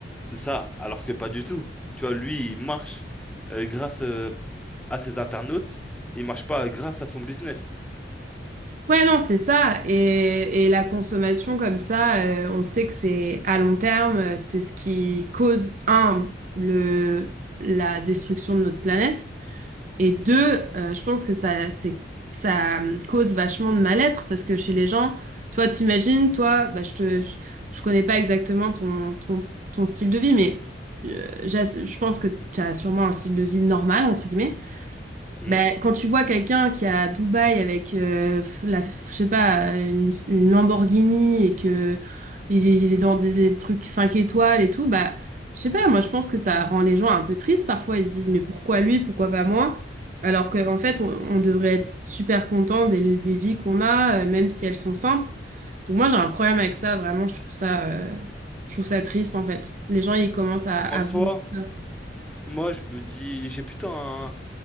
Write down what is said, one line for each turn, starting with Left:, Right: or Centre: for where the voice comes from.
Centre: C'est ça, alors que pas du tout. Tu vois, lui, il marche euh, grâce euh, à ses internautes, il marche pas grâce à son business.
Right: Ouais, non, c'est ça. Et, et la consommation comme ça, euh, on sait que c'est à long terme, euh, c'est ce qui cause, un, le, la destruction de notre planète Et deux, euh, je pense que ça, c'est, ça euh, cause vachement de mal-être parce que chez les gens, toi, t'imagines, toi, bah, je te, je, je connais pas exactement ton, ton, ton style de vie, mais euh, j'ass- je pense que tu as sûrement un style de vie normal, entre guillemets.
Centre: Hmm.
Right: Ben, quand tu vois quelqu'un qui est à Dubaï avec euh, f- la, f- je sais pas, une, une Lamborghini et que il est il est dans des trucs 5 étoiles et tout, bah, je sais pas, moi je pense que ça rend les gens un peu tristes parfois. Ils se disent, mais pourquoi lui, pourquoi pas moi? Alors qu'en fait, on, on devrait être super content des, des vies qu'on a, euh, même si elles sont simples. Donc moi j'ai un problème avec ça, vraiment, je trouve ça, euh, je trouve ça triste en fait. Les gens, ils commencent à, à
Centre: En soi,
Right: vouloir ça.
Centre: moi, je me dis, j'ai plutôt un-